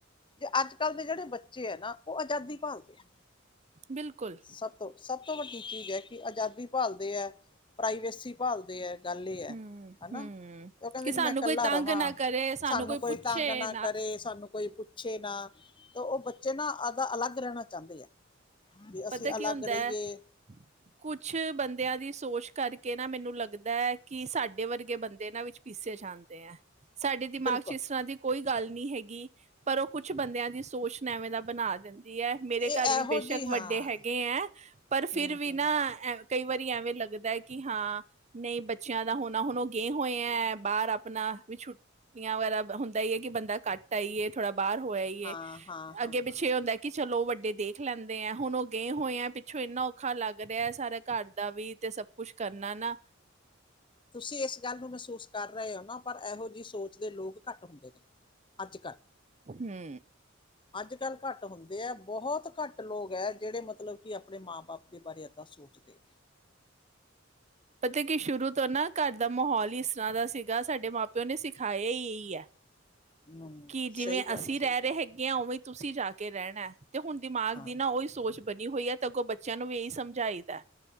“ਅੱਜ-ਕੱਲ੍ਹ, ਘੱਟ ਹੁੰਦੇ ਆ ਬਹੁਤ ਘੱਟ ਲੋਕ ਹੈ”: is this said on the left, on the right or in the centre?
Left